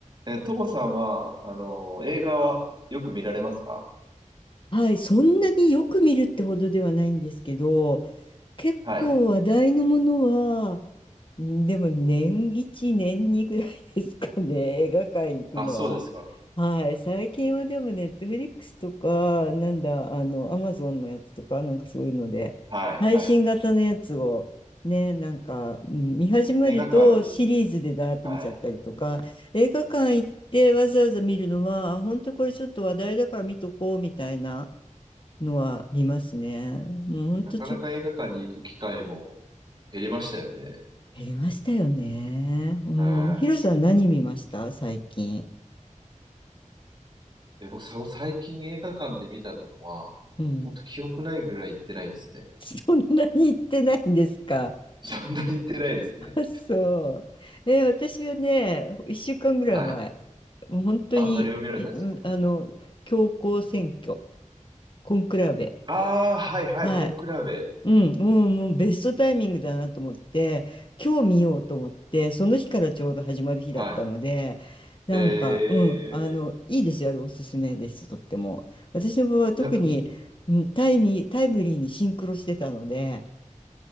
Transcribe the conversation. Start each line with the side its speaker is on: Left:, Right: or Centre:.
Right: え、トモさんは、あの、映画はよく見られますか
Left: はい、そんなによく見るってほどではないんですけど、結構話題のもの
Right: はい。
Left: は、んでも年1、年2ぐらいですかね、<laughs> 映画館行くのは。
Right: あ、そうですか。
Left: はい、最近はでもネットフリックスとか、なんだ、あの、アマゾンのやつとか、なんかそういうので、
Right: はい、
Left: 配信型のやつを、
Right: はい。
Left: ね、なんか、うん見始めるとシリーズでだーって見ちゃったりとか、
Right: 映画館に、はい。
Left: 映画館行ってわざわざ見るのは、あ本当これちょっと話題だから見とこうみたいな。のは見ますね。もうほんとちょ、
Right: なかなか映画館に行く機会も減りましたよね。
Left: 減りましたよね。うん。
Right: は
Left: ヒロさん何見ました最近。
Right: い。え、僕、さ最近映画館で見たのは、
Left: うん。
Right: 本当記憶ないぐらい行ってないですね。
Left: <laughs> そんなに行ってないんですか
Right: <laughs> そんなに行ってないですね。
Left: あ、そう。え、私はね、1週間ぐらい前、
Right: はい。
Left: もう本当に、
Right: あ、何を見られたんですか
Left: いうんあの、教皇選挙、コンクラベ。
Right: ああー、はい、はい、
Left: はい。
Right: コンクラーベ。
Left: うん、もう、もうベストタイミングだなと思って、今日見ようと思って、その日からちょうど始まる日だったので、
Right: はい。
Left: なんか、
Right: え
Left: うん、あの、いいですよ、あれおすすめです、とっても。私の場合は特に、
Right: ー、いや、み、
Left: うん、タイミ、タイムリーにシンクロしてたので、